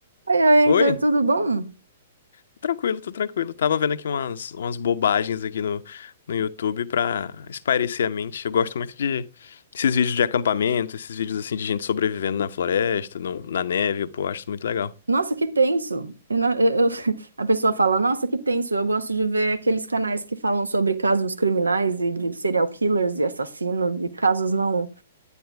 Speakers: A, on the right; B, on the left.
A: Oi, oi, Heitor,
B: Oi?
A: tudo bom?
B: Tô Tranquilo, tô tranquilo. Tava vendo aqui umas, umas bobagens aqui no, no YouTube pra espairecer a mente. Eu gosto muito de esses vídeos de acampamento, esses vídeos assim de gente sobrevivendo na floresta, no- na neve, pô, eu acho isso muito legal.
A: Nossa, que tenso. Eu não- eu- eu- <laughs> a pessoa fala, nossa, que tenso. Eu gosto de ver aqueles canais que falam sobre casos criminais e de serial killers e assassinos e casos não